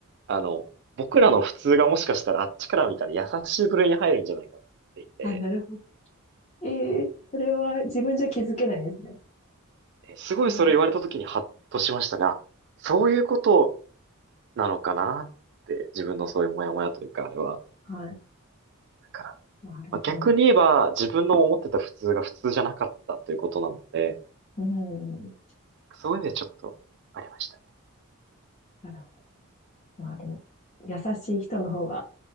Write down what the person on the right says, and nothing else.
あの、僕らの普通がもしかしたらあっちから見たら優しい部類に入るんじゃないかと思っていて、
すごいそれ言われた時にハッとしましたね。
あそういうことなのかなって、自分のそういうモヤモヤというか、あれは
だから、
まあ、逆に言えば自分の思ってた普通が普通じゃなかったということなので、
そういう意味でちょっとありましたね。